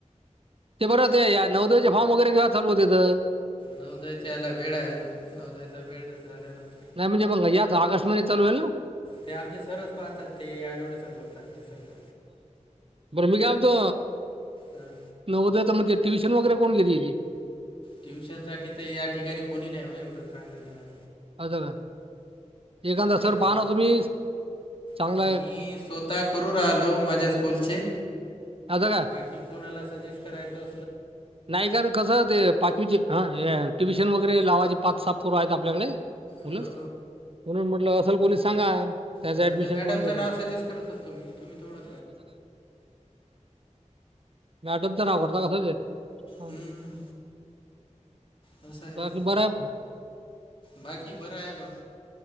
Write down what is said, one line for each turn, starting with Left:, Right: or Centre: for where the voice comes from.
Right: ते बर या नौदयाचे फारम वगैरे घे चालू होते तर
Left: नवदयाच्या याला वेळ नवदायाचा वेळ झाल्यानंतर
Right: नाही म्हणजे पंग आकाश म न चालू आहेल
Left: ते आमचे सरच पाहतात ते आठवडेसर भरतात ते सगळं
Right: बर मी का आतो
Left: हा.
Right: नवदय म्हण ट्यशन वगैरे कोण घे ती
Left: ट्युशन साठी तर या ठिकाणी कोणी नाही हो एवढं चांगलं घेणार
Right: अ का एखादा
Left: देख
Right: सर पाह ना तुम्ही चांगला
Left: आता मी स्वतः करू राहिलो माझ्या स्कूलचे
Right: आता का
Left: बाकी कोणाला सजेस्ट करायचो
Right: नाही का कसं ते पाचवीची ट्युशन वगैरे लावायचे पाच साप पुर्व आहेत आपल्याकडे होला
Left: हो
Right: म्हणून म्हटलं असल कोणी सांगा त्याचं
Left: ह
Right: ऍडमिशन
Left: ते मॅडमचं
Right: करून देतो
Left: नाव सजेस्ट करत असतो मी तुम्ही तेवढंल
Right: मॅटम तर नाव करता कसच
Left: हम्म कस आहे
Right: बाकी
Left: ते
Right: बरं आहे
Left: बाकी बरं आहे बा